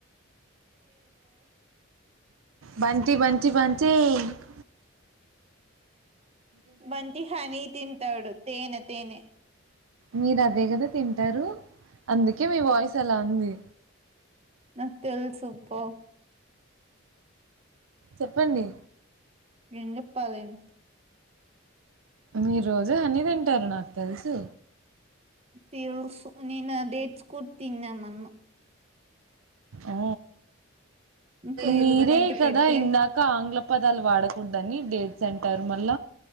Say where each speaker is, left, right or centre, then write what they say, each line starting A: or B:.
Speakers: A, on the right; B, on the right.
A: బంటీ బంటీ బన్ తేంక్
B: బంటీ హనీ తింటాడు తేనె తేనె
A: మీరు అదే కదా తింటారు అందుకే మీ వాయిస్ అలా ఉంది
B: నాకు తెలుసు పో
A: చెప్పండి
B: ఎం చెప్పాలేం
A: మీరు రోజు హనీ తింటారు నాకు తెలుసు
B: ప్యూసు నేన్ ఆ డేట్స్ కూడా తిన్నా మోన్న
A: ఆ
B: ఇంకో
A: మీరే
B: ఎలుగుబంటి
A: కదా
B: పెడితే
A: ఇందాక ఆంగ్ల పదాలు వాడకూడదని డేట్స్ అంటర్ మళ్ళ